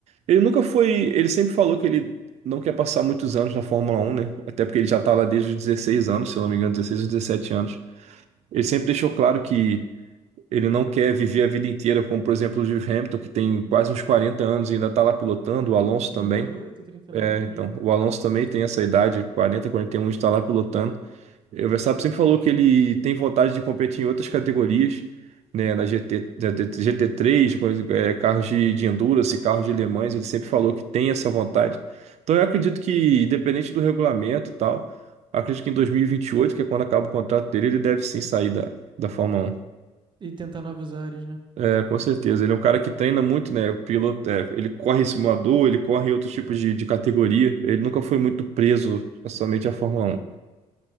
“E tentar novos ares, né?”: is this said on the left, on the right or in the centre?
Right